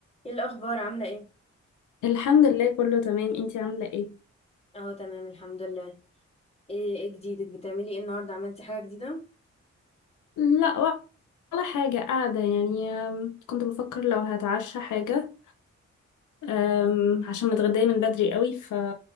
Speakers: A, on the left (about 20°); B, on the left (about 90°).
A: ايه الاخبار عامله ايه
B: الحمد لله كله تمام انتي عاملة ايه؟
A: اهو تمام الحمد لله ايه ايه جديدك بتعملي ايه النهارده عملتي حاجه جديده
B: لا ولا حاجة قاعدة يعني أم، كنت بفكر لو هتعشى حاجة أم، عشان متغدية من بدري قوي ف